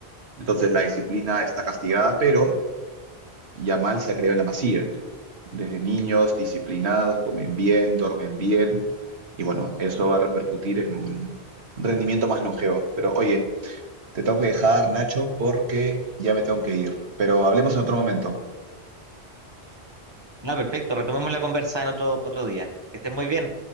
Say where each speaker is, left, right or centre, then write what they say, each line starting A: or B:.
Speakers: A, on the right (about 75°); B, on the right (about 25°).
A: Entonces la disciplina está castigada, pero Yamal se ha creado en la Masía. desde niños, disciplinados, comen bien, duermen bien, y bueno, eso va a repercutir en un rendimiento más longevo. Pero oye, te tengo que dejar, Nacho, porque ya me tengo que ir. Pero hablemos en otro momento.
B: Ah, perfecto. Retomemos la conversa en otro, otro día. Que estés muy bien.